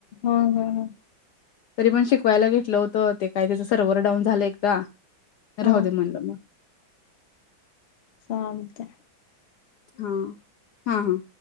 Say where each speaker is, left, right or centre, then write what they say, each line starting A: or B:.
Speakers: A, on the left; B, on the left.
A: होय होय होय
B: तरी पण शिकवायला घेतलं होत ते काय सर्व्हर डाऊन झालं एकदा
A: हा
B: राहू दे म्हणलं मग.
A: चालतय.
B: हा हा हा.